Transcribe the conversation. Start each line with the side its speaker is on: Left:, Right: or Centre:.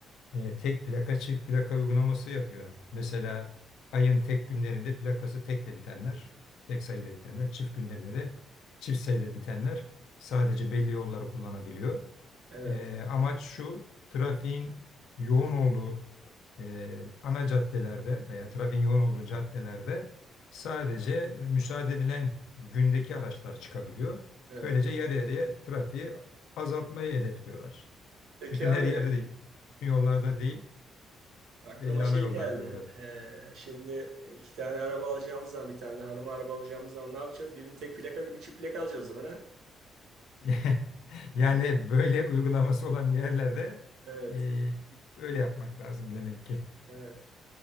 Left: e, tek plaka çift plaka uygulaması yapıyor. Mesela ayın tek günlerinde plakası tekle bitenler, tek sayıyla bitenler, çift günlerinde de çift sayıyla bitenler sadece belli yolları kullanabiliyor.
Right: Evet,
Left: E, amaç şu, trafiğin yoğun olduğu e, ana caddelerde veya trafiğin yoğun olduğu caddelerde sadece müsaade edilen gündeki araçlar çıkabiliyor.
Right: evet.
Left: Böylece yarı yarıya trafiği azaltmayı hedefliyorlar.
Right: Peki
Left: Bütün
Right: abi
Left: her yerde değil, bütün yollarda değil
Right: aklıma
Left: belli ana
Right: şey
Left: yollarda
Right: geldi.
Left: uyguladı.
Right: Ee, şimdi iki tane araba alacağımız zaman bir tane de hanıma araba alacağımız zaman ne yapacağız? Birini tek plaka birini çift plaka alacağız o zaman ha?
Left: <laughs> Yani böyle uygulaması olan yerlerde
Right: Evet,
Left: e, öyle yapmak lazım demek ki.
Right: evet.